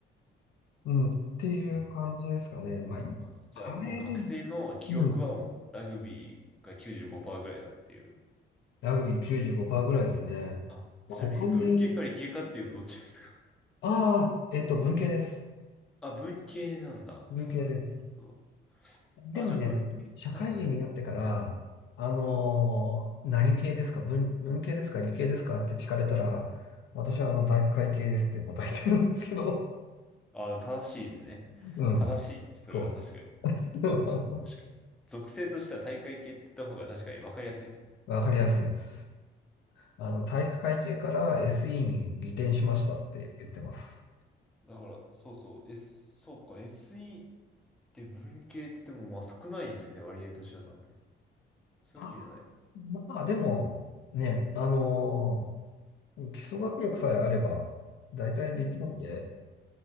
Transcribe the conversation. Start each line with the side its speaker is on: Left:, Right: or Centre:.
Left: うん、っていう感じですかね。
Centre: うん。
Left: まあ、いあれね、
Centre: あじゃあもう学生の記憶はもう、
Left: うん、
Centre: ラグビーが95%ぐらいだっていう。
Left: ラグビー95%ぐらいですね。
Centre: あ、
Left: まあ他に、
Centre: ちなみに文系か理系かっていうとどっちですか
Left: ああ、えっと、文系です。
Centre: あ、文系なんだ。
Left: 文系です。
Centre: そうか、そうか。なるほど。
Left: でもね、
Centre: あ、じゃあ文系、
Left: 社会人になってから、
Centre: はいはい。
Left: あのー何系ですか文、文系ですか理系ですかって聞かれたら、私はあの、大会系ですって答えてるんですけど、
Centre: あ、正しいですね。
Left: うん、
Centre: 正しいです。
Left: そ
Centre: それは確かに。
Left: う。<laughs>
Centre: 確かに。属性としては大会系って言った方が確かに分かりやすいですもん。
Left: わかりやすいです。あの、体育会系から SE に移転しましたって言ってます。
Centre: だから、そうそう、S、そうか、SE って文系って言っても、まあ少ないですよね、割合としては多分。そういうわけじゃないの。
Left: あ、まあ、でも、ね、あのー基礎学力さえあれば、大体できるんで、